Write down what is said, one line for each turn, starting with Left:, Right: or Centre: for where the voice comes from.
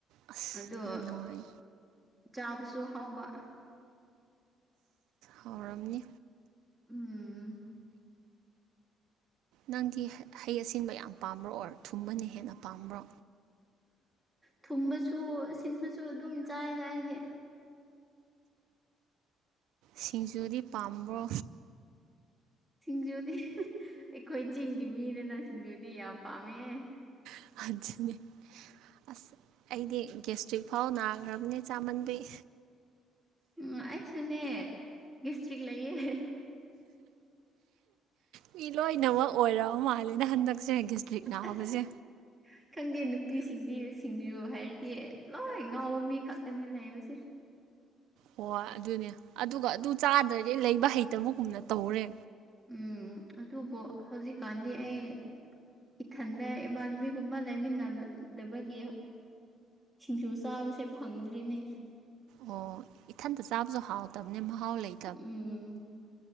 Right: ꯑꯁ
Centre: ꯑꯗꯣ
Right: ꯌꯥꯝ ꯅꯨꯡꯉꯥꯏ
Centre: ꯆꯥꯕꯁꯨ ꯍꯥꯎꯕ
Right: ꯍꯧꯔꯝꯅꯤ
Centre: ꯎꯝ
Right: ꯅꯪꯗꯤ ꯍꯩ ꯑꯁꯤꯟꯕ ꯌꯥꯝ ꯄꯥꯝꯕ꯭ꯔꯣ ꯑꯣꯔ ꯊꯨꯝꯕꯅ ꯍꯦꯟꯅ ꯄꯥꯝꯕ꯭ꯔꯣ
Centre: ꯊꯨꯝꯕꯁꯨ ꯁꯤꯟꯕꯁꯨ ꯑꯗꯨꯝ ꯆꯥꯏꯗ ꯑꯩꯗꯤ
Right: ꯁꯤꯡꯖꯨꯗꯤ ꯄꯥꯝꯕ꯭ꯔꯣ
Centre: ꯁꯤꯡꯖꯨꯗꯤ ꯑꯩꯈꯣꯏ ꯆꯤꯡꯒꯤ ꯃꯤꯅꯤꯅ ꯁꯤꯡꯖꯨꯗꯤ ꯌꯥꯝ ꯄꯥꯝꯃꯦꯍꯦ
Right: <unintelligible> ꯑꯁ ꯑꯩꯗꯤ ꯒꯦꯁꯇ꯭ꯔꯤꯛ ꯐꯥꯎ ꯅꯥꯈ꯭ꯔꯕꯅꯦ ꯆꯥꯃꯟꯕꯩ
Centre: ꯎꯝ ꯑꯩꯁꯨꯅꯦ ꯒꯦꯁꯇ꯭ꯔꯤꯛ ꯂꯩꯌꯦ
Right: ꯃꯤ ꯂꯣꯏꯅꯃꯛ ꯑꯣꯏꯔꯕ ꯃꯥꯜꯂꯦꯅ ꯍꯟꯗꯛ ꯁꯦ ꯗꯤꯁꯇ꯭ꯔꯤꯛ ꯅꯥꯕꯁꯦ
Centre: ꯑꯁ ꯈꯪꯗꯦ ꯅꯨꯄꯤꯁꯤꯡꯗꯤ ꯁꯤꯡꯕꯤꯌꯨ ꯍꯥꯏꯔꯗꯤ ꯂꯣꯏ ꯉꯥꯎꯕ ꯃꯤ ꯈꯛꯇꯅꯦ ꯂꯩꯕꯁꯦ
Right: ꯍꯣꯏ ꯑꯗꯨꯅꯦ ꯑꯗꯨꯒ ꯑꯗꯨ ꯆꯥꯗ꯭ꯔꯗꯤ ꯂꯩꯕ ꯍꯩꯇꯕꯒꯨꯝꯅ ꯇꯧꯔꯦ
Centre: ꯎꯝ ꯑꯗꯨꯕꯨ ꯍꯧꯖꯤꯛꯀꯥꯟꯗꯤ ꯑꯩ ꯏꯊꯟꯗ ꯏꯃꯥꯟꯕꯤꯒꯨꯝꯕ ꯂꯩꯃꯤꯟꯅꯗꯕꯒꯤ ꯁꯤꯡꯖꯨ ꯆꯥꯕꯁꯦ ꯐꯪꯗ꯭ꯔꯤꯅꯦ
Right: ꯑꯣ ꯏꯊꯟꯇ ꯆꯥꯕꯖꯨ ꯍꯥꯎꯇꯕꯅꯦ ꯃꯍꯥꯎ ꯂꯩ__
Centre: ꯎꯝ